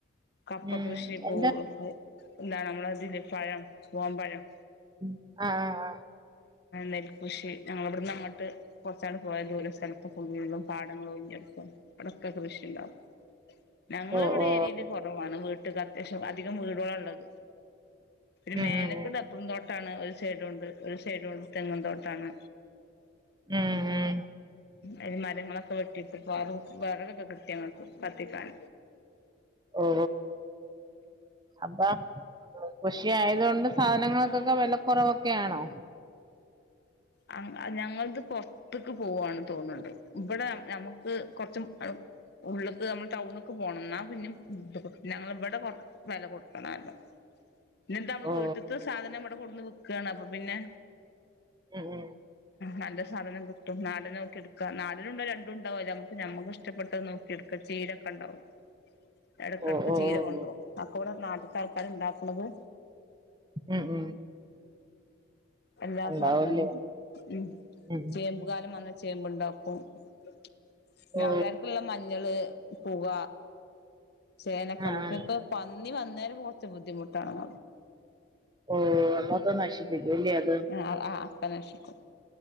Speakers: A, on the left; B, on the right.
A: കപ്പ
B: ഉം
A: കൃഷി പൂ
B: എന്താ
A: എന്താ നമ്മളതില്ലെ പഴം പുവംപഴം
B: ഉം ആ ആ
A: നെൽകൃഷി ഞങ്ങള ഇബട്ന്ന്അങ്ങട്ട് കൊർച്ചണ്ട് പോയ ദൂരം സ്ഥൽത്ത് ഫുള്ളും പാടങ്ങളൊയിഞ്ഞെട്ക അടക്കൊക്കെ കൃഷിണ്ടാവും. ഞങ്ങളിവിടെ
B: ഓ ഓ
A: ഏരിയയില് കുറവാണ് വീട്ടക്ക് അത്യാവശ്യം, അധികം വീടോളാ ഇള്ളത്. ഒരു
B: ഉം
A: മേലക്കട
B: ഉം
A: അപ്പറം തോട് ട്ടാണ് ഒരു സൈഡുകൊണ്ട് ഒരു സൈഡുകൊണ്ട് തെങ്ങും തോട്ടാണ്.
B: ഉം ഉം
A: അതില് മരങ്ങളൊക്കെ വെട്ടിട്ട വിറകൊക്കെ കിട്ടിയങ്ങക്ക് കത്തിക്കാൻ
B: ഓ അപ്പ ഖുഷിയായതുകൊണ്ട് സാധനങ്ങൾക്കൊക്കെ വിലക്കൊറവൊക്കെയാണോ?
A: അ ഞങ്ങൾത് പൊറത്തക്ക് പോവാണെന്ന് തോന്നണ്ട് ഇവിടെ നമുക്ക് കൊറച്ചു എ ഉള്ളക്ക് നമ്മൾ ടൗണക്ക് പോണം എന്നാ പിന്നെ ഞങ്ങൾ ഇവിടെ വെല കൊടുക്കണല്ലോ പിന്നെന്താ നമ്മള്
B: ഓ
A: വീട്ടത്തെ സാധനം ഇവിടെ കൊടുന്ന് വെക്കുവാണ് അപ്പൊ പിന്നെ
B: ഉം ഉം
A: നല്ല സാധനം കിട്ടും നാടൻ നോക്കിയെടുക്ക നാടനൂണ്ട് രണ്ടുവുണ്ടാവതില് നമുക്ക് ഞമ്മക്കിഷ്ടപ്പെട്ടത് നോക്കിയെടുക്ക ചീടൊക്കെ ഉണ്ടാവും എടക്കെടക്ക്
B: ഓ ഓ
A: ചീര കൊണ്ടരും
B: ഓ
A: ഒക്കിവിടെ നാട്ടത്തെ ആൾക്കാര് ഇണ്ടാക്കണതു
B: ഉം ഉം
A: എല്ലാ
B: ഉണ്ടാവുംല്ലേ
A: സാധനങ്ങളും ഉം
B: ഉം
A: ചേമ്പ് കാലം വന്ന ചേമ്പ്ണ്ടാക്കും പിന്നെ
B: ഓ
A: അവരർക്കുള്ള മഞ്ഞള് പുക ചേനക്കെ,
B: ആഹ്
A: മറ്റൊക്കെ
B: ആഹ്
A: ന്നി വന്നേര് പോവച്ച ബുദ്ധിമുട്ടണ
B: ഓ മൊത്തം നശിപ്പിക്കുവല്ലേ അത്?
A: ആഹ് ആഹ് അക്ക നശിക്കും